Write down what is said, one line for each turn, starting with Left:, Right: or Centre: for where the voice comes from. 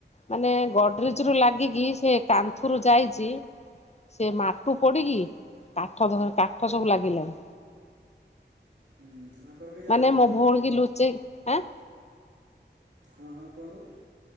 Left: ମାନେ ଗଡରେଜ ରୁ ଲାଗିକି ସେ କାନ୍ଥୁରୁ ଯାଇଛି ସେ ୁ ପଡିକି କାଠ କାଠ ସବୁ ଲାଗିଲଣି।
Right: ହୁଁ ଆଙ୍କର କେହି ଜାଣିପାରିଲେନି
Left: ମାନେ ମୋ ଭଉଣୀ କି ଲୁଚେଇ ଆଁ
Right: ହଁ ହଁ କୁହନ୍ତୁ।